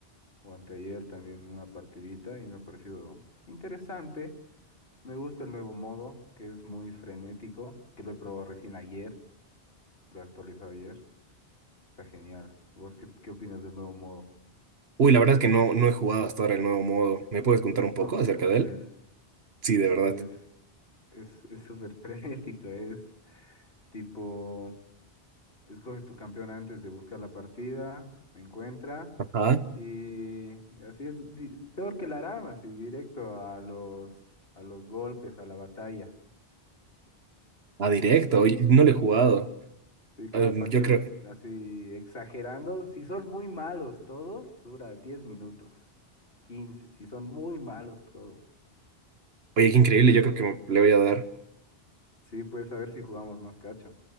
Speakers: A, on the left; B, on the right.
A: o anteayer también una partidita y me ha parecido interesante. Me gusta el nuevo modo, que es muy frenético, que lo he probado recién ayer, lo he actualizado ayer, está genial. ¿Vos qué, qué opinas del nuevo modo?
B: Uy, la verdad es que no, no he jugado hasta ahora el nuevo modo. ¿Me puedes contar un
A: No
B: poco
A: te
B: acerca
A: puedo
B: de
A: creer.
B: él? Sí, de verdad.
A: Uy, es, es, es súper <laughs> frenético, es tipo... Escoges tu campeón antes de buscar la partida, encuentra
B: Ajá.
A: y así es di- peor que la rama, así directo a los a los golpes, a la batalla.
B: Ah, directo.
A: Buenísimo.
B: Oye, no le he jugado.
A: Y cada
B: Um,
A: partida
B: yo creo.
A: así exagerando, si son muy malos todos, dura 10 minutos, 15 si son muy malos todos.
B: Oye, qué increíble.
A: Pero
B: Yo creo que le voy a dar
A: sí, pues a ver si jugamos más cacho.